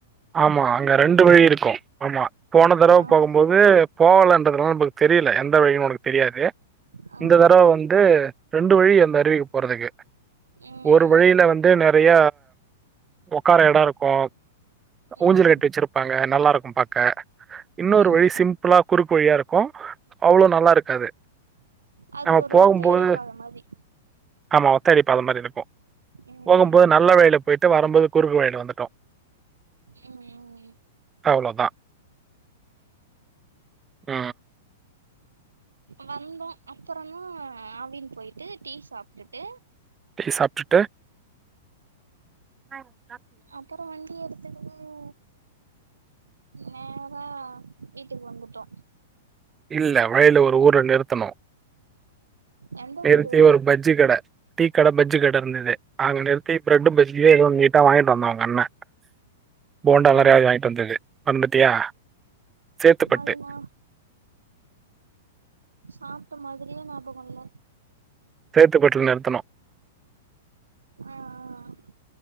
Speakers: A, on the right; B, on the right.
A: ஆமா அங்க ரெண்டு வழி இருக்கு ஆமா போன தடவ
B: ஆ
A: போகும் போது போகலன்றதுல்லா நமக்கு தெரில எந்த வழினு உனக்கு தெரியாது
B: ஆ
A: இந்த தரவ வந்து ரெண்டு வழி அந்த அருவிக்கு போறதுக்கு
B: ம்
A: ஒரு வழியில வந்து நெறைய ஒக்கார எட இருக்கு
B: ம் ம்
A: ஊஞ்சலு கட்டி வச்சிருப்பாங்க நல்லா இருக்கு பாக்க இன்னொரு
B: ம்
A: வழி சிம்பிளா குறுக்கு வழியா இருக்கு அவ்ளோ நல்லா இருக்காது
B: அது
A: நம்ம
B: ஒரு
A: போகும்போது
B: ஒத்தையடி பாத மாதி
A: ஆமா ஒத்தையடி பாத மாறி இருக்கு
B: ம்
A: போகும்போது நல்ல வழியில போய்டு வரும்போது குறுக்கு வழியில வந்துட்டோ
B: ம் ம்
A: அவ்ளோதா அ
B: வந்தோ அப்பறமா ஆவின் போய்ட்டு டீ சாப்டுட்டு
A: டீ சாப்டுட்டு <unintelligible>
B: அப்பற வந்து டீ எடுத்துக்குன்னு நேறா வீட்டுக்கு வந்துட்டோ
A: இல்ல வழியில ஒரு ஊர நிறுத்தணு
B: எந்த
A: நிறுத்தி
B: ஊரு
A: ஒரு பஜ்ஜி கட டீ கட பஜ்ஜி கட இருந்தது அங்க நிறுத்தி பிரெட் பஜ்ஜியே எதோ ஒன்னு நீட்டா வாங்கிட்டு வந்தா உங்க அண்ண போண்டாலா
B: ஆ
A: நெறைய வாங்கிட்டு வந்தது மாறந்துட்டியா சேத்துப்பட்
B: அது நா சாப்ட மாதிரியே ஞாபகல்ல
A: சேத்துபட்ல நிறுத்துனோ
B: ஆ ஆ